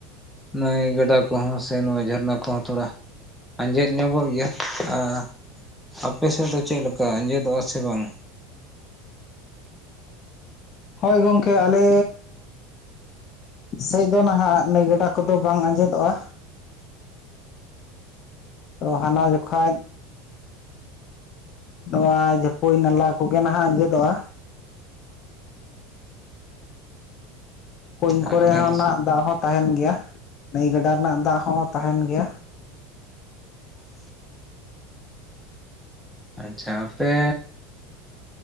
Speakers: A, in the centre; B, on the left (about 45°).
A: ᱱᱟᱹᱭ ᱜᱟᱰᱟ ᱠᱚᱦᱚᱸ ᱥᱮ ᱱᱚᱣᱟ ᱡᱷᱟᱨᱱᱟ ᱠᱚᱦᱚᱸ ᱛᱷᱚᱲᱟ ᱟᱸᱡᱮᱫ ᱧᱚᱜᱚᱜ ᱜᱮᱭᱟ ᱟᱸ ᱟᱯᱮ ᱥᱮᱫ ᱫᱚ ᱪᱮᱫ ᱞᱮᱠᱟ ᱟᱸᱡᱮᱫᱚᱜᱼᱟ ᱥᱮ ᱵᱟᱝ?
B: ᱦᱳᱭ ᱜᱚᱢᱠᱮ ᱟᱞᱮᱻ ᱥᱮᱡ ᱫᱚ ᱱᱟᱦᱟᱜ ᱱᱟᱹᱭ ᱜᱟᱰᱟ ᱠᱚᱫᱚ ᱵᱟᱝ ᱟᱸᱡᱮᱫᱚᱜᱼᱟ᱾ ᱛᱚ ᱦᱟᱱᱟ ᱡᱚᱠᱷᱟᱡ, ᱱᱚᱣᱟ ᱡᱟᱹᱯᱟᱹᱭ ᱱᱟᱞᱟ ᱠᱚᱜᱮ ᱱᱟᱦᱟᱜ ᱟᱸᱡᱮᱫᱚᱜᱼᱟ᱾ ᱠᱩᱧ
A: ᱟᱞᱮ
B: ᱠᱚᱨᱮᱱᱟᱜ ᱫᱟᱜ ᱦᱚᱸ ᱛᱟᱦᱮᱱ ᱜᱮᱭᱟ ᱱᱟᱹᱭ ᱜᱟᱰᱟ ᱨᱮᱱᱟᱜ ᱫᱟᱜ ᱦᱚᱸ ᱛᱟᱦᱮᱱ ᱜᱮᱭᱟ᱾
A: ᱟᱪᱪᱷᱟ ᱟᱯᱮ